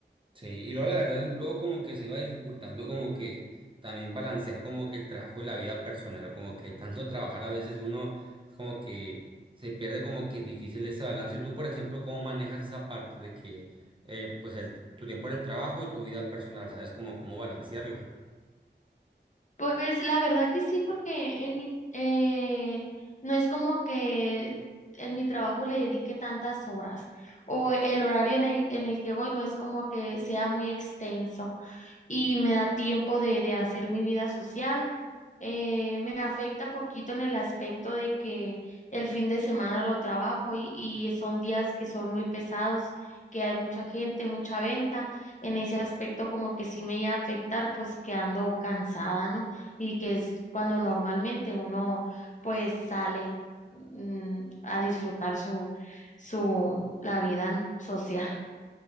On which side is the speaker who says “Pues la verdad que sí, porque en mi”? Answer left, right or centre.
Left